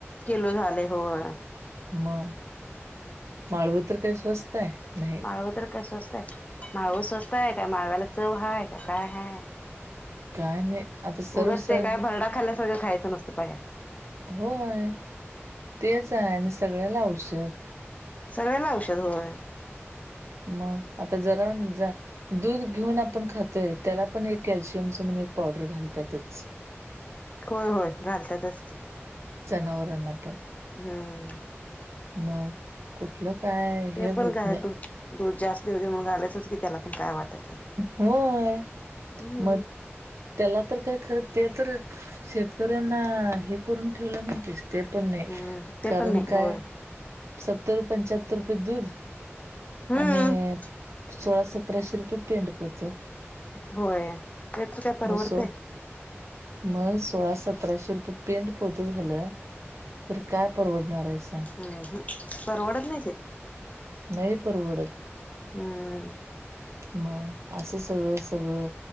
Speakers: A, on the left; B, on the right.
A: किलो झाले होय.
B: मग माळव तर काय स्वस्त आहे नाही.
A: माळव तर काय स्वस्त आहे माळवं स्वस्तय काय माळव्याला चव हाय ते काय हाय,
B: काय नाही आता सर्वसार
A: उगच ते काय भरडा खाल्ल्या सारख खायचं नूसत <unintelligible>
B: होय तेच आहे आणि सगळ्याला औषध
A: सगळ्याला औषध व्हय
B: मग आता जरा जा दूध घेऊन आपण खातोय त्याला पण एक कॅल्शियम च म्हणून एक पावडर घालतातच
A: होय होय घालतातच की.
B: जनावराना पण
A: हम्म.
B: मग कुठलं काय
A: ते
B: हे होत
A: पण काय
B: नाही.
A: दूध दूध जास्त हो देऊ घालायचंच की त्याला पण काय वाटेल ते
B: होय
A: हम्म
B: मग त्याला तर काय खरं ते तर शेतकऱ्यांना हे करून ठेवलय न तेच ते पण नाही
A: हम्म ते
B: कारण
A: पण नाही
B: काय
A: होय
B: सत्तर पंचाहतर रुपये दूध
A: हम्म
B: आणि सोळा सतराशे रुपये पेंड पोतं
A: होय ते तर काय परवडते?
B: सो मग सोळा सतराशे रुपये पेंडपोत झालं तर काय परवडणार आहे सांग.
A: अह हम्म परवडत नाही ते
B: नाही परवडत.
A: हमम.
B: मग असं सगळं सगळं.